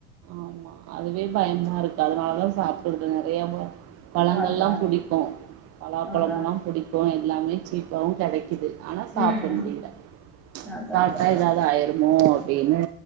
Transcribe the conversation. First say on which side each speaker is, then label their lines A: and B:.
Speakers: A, on the right; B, in the centre.
A: ஆமா அதுவே பயமா இருக்கு அதனாலதா சாப்பட்றது இல்ல நெறையாவா பழங்கள்லா
B: அதான்.
A: புடிக்கு பலாப்பழமெல்லா
B: அதான்.
A: புடிக்கு எல்லாமே சீப்பாவு கெடைக்குது ஆனா சாப்ட
B: ம்.
A: முடில
B: அதான்,
A: சாப்ட்டா
B: அதான், அதான்.
A: ஏதாவது ஆயிருமோ அப்டின்னு